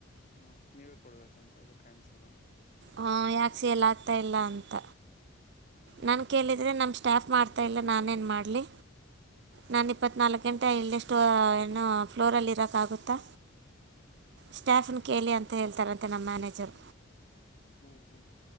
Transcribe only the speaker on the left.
ಹ ನೀವೇ ಕೊಡ್ಬೇಕಂತ ಅದು ಆನ್ಸರ್
ಹ್ಮ್
ಹ್ಮ್
ಹ್ಮ್
ಹೆ <unintelligible>
ಹ್ಮ್ ಹ್ಮ್